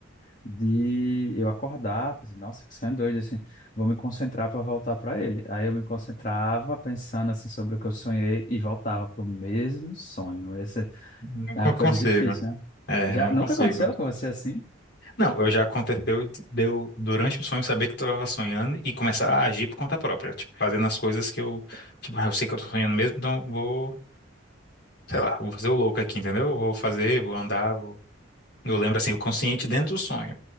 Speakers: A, on the left; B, on the left.
A: de eu acordar, fazer, nossa, que sonho doido, assim, vou me concentrar para voltar para ele. Aí eu me concentrava pensando assim sobre o que eu sonhei e voltava para o mesmo sonho. Essa
B: não
A: é
B: con-
A: uma
B: consigo.
A: coisa difícil, né?
B: É,
A: Já
B: não consigo.
A: nunca aconteceu com você assim?
B: Não, eu já aconteceu de de eu, durante o sonho, saber que estava sonhando e começar a agir por conta própria. Tipo, fazendo as coisas que eu. Tipo, ah, eu sei que eu tô sonhando mesmo, então vou. sei lá, vou fazer o louco aqui, entendeu? Vou fazer, vou andar, vou... Eu lembro assim, o consciente dentro do sonho.